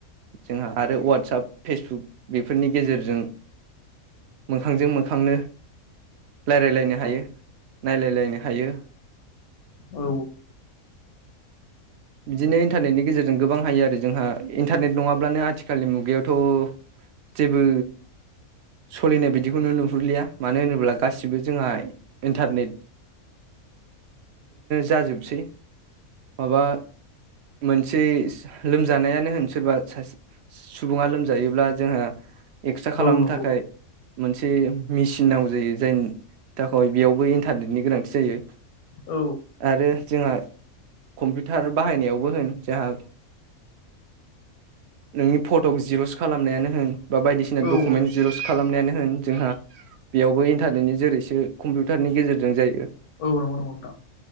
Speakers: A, on the right; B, on the left.
A: जोंहा आरो वाट्सप फेसबुक बेफोरनि गेजेरजों मोखांजों मोखां जों मो खांनो रायलायलायनो हायो नायलायलायनो हायो।
B: औ
A: बिदिनो इन्टारनेटनि गेजेरजों गोबां हायो आरो जोंहा इन्टारनेट नङाब्लानो आथिखालनि मुगायावथ' जेबो सोलिनाय बिदिखौनो नुहुरलिया मानो होनोब्ला गासिबो जोंहा इन्टारनेटजोंनो जाजोबसै माबा मोनसे लोमजानायानो होन सोरबा सुबुङा लोमजायोब्ला जोंहा। एकस्रा खालामनो
B: औ नंगौ
A: थाखाय मोनसे एसे मेचिन नांगौ जायो जायनि थाखाय बेयावबो इन्टारनेटनि गोनांथि जायो।
B: औ
A: आरो जोंहा कम्पिउ टार बाहायनायावबो होन जोंहा नोंनि फट'खौ जिर'स खालामनायानो होन। बा बायदिसिना
B: औ
A: डकुमेन्ट जिर'स खालामनायानो होन जोंहा बेयावबो इन्टारनेटनि जेरैसो कम्पिउटारनि गेजेरजों जायो।
B: औ नंगौ नंगौ नोंथां